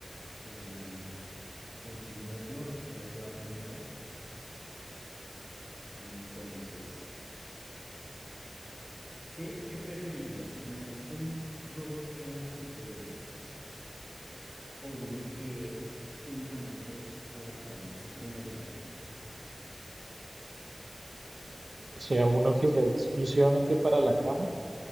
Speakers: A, on the right; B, on the right.
A: Pues nada, a ver, continúo yo. Ahora te voy a preguntar. Entonces, ¿qué, qué preferirías? ¿Tener un robot que haga tus deberes o uno que únicamente haga tu cama, es decir, tienda tu cama?
B: O sea, uno que sea exclusivamente para la cama